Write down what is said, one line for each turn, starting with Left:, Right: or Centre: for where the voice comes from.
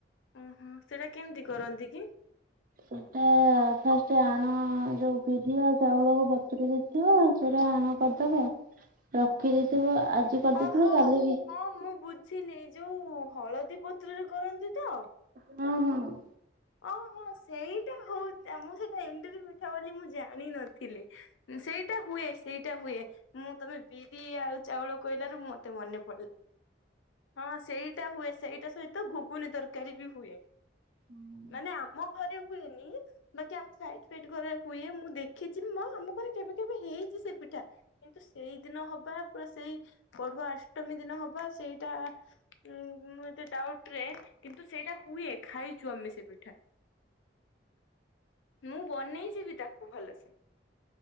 Left: ଓହୋ ସେଇଟା କେମିତି କରନ୍ତି କି?
Right: ହୁଁ। ଫ ସେ ଆଣ ଯୋଉ ବିରି ଆଉ ଚାଉଳକୁ ବତୁୁର ଦେଇଥିବ ସେଟା ଆଣ କରିଦବ। ରଖିଦେଇଥିବ
Left: ଓହୋ
Right: ଆଜି କରିଦେଇଥିବ
Left: ଓହୋ
Right: କାଲିକି
Left: ହଁ ମୁଁ ବୁଝିଲି ଯୋଉ ହଳଦୀ ପତ୍ରରେ କରନ୍ତି ତ?
Right: ହଁ, ହଁ।
Left: ଓହୋ ସେଇଟା ହଉଛି ମୁଁ ସେଇଟା ଏଣ୍ଡୁରୀ ମିଠା ବୋଲି ମୁଁ ଜାଣିନଥିଲି। ଥିଲେ ସେଇଟା ହୁଏ। ସେଇଟା ହୁଏ ମୁଁ ତମେ ବିରି ଆଉ ଚାଉଳ କହିଲାରୁ ମତେ ମନେ ପଡିଲା। ହଁ ସେଇଟା ହୁଏ ସେଇଟା ସହିତ ଘୁଗୁନି ତରକାରୀ ବି ହୁଏ।
Right: <inaudible>
Left: ମାନେ ଆମ ଘରେ ହୁଏନି। ବାକି ଆମ ସାଇଟ ଫାଇଟ ଘରେ ହୁଏ ମୁଁ ଦେଖିଛି ମା ଆମ ଘରେ କେବେ କେବେ ହେଇଛି ସେ ପିଠା। କିନ୍ତୁ ସେଇ ଦିନ ହବା ପୁରା ସେଇ ପରୁଆ ଅଷ୍ଟମୀ ଦିନ ହବା ସେଇଟା। ଉଁ ଏତେ ଡାଉଟ ରେ କିନ୍ତୁ ସେଇଟା ହୁଏ ଖାଇଛୁ ଆମେ। ପଠା ମୁଁ ବନେଇ ଯିବି ତାକୁ ଭଲସେ।